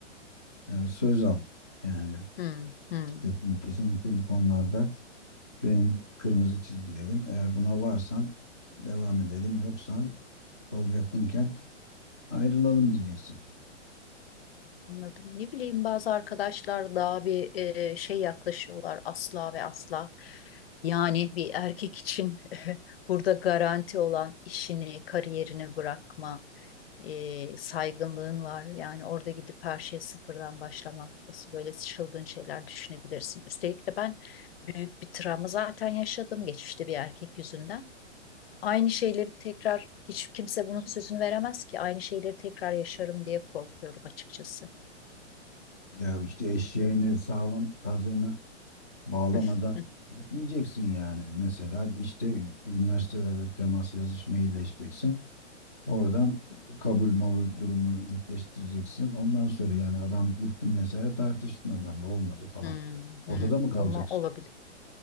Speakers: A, on the right; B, on the left.
A: e, söz al. Yani
B: Hı hı.
A: kesin- kesinlikle bu konularda benim kırmızı çizgilerim. Eğer buna varsan devam edelim. Yoksan yol yakınken ayrılalım diyeceksin.
B: Anladım. Ne bileyim bazı arkadaşlar daha bir e, şey yaklaşıyorlar asla ve asla. Yani bir erkek için <laughs> burada garanti olan işini, kariyerini bırakma e, saygınlığın var. Yani orada gidip her şeyi sıfırdan başlamak nasıl böyle çılgın şeyler düşünebilirsin. Üstelik de ben büyük bir travma zaten yaşadım geçmişte bir erkek yüzünden. Aynı şeyleri tekrar hiç kimse bunun sözünü veremez ki. Aynı şeyleri tekrar yaşarım diye korkuyorum açıkçası.
A: Ya işte eşeğini sağlam kazığını Bağlamadan
B: <laughs>
A: gitmeyeceksin yani. Mesela işte üniversitelerle temas yazış mailleşeceksin. Oradan kabul mabul durumunu netleştireceksin. Ondan sonra yani adam gittin mesela tartıştın adamla olmadı falan.
B: Hmm,
A: Ortada
B: hmm.
A: mı kalacaksın?
B: Ama olabilir.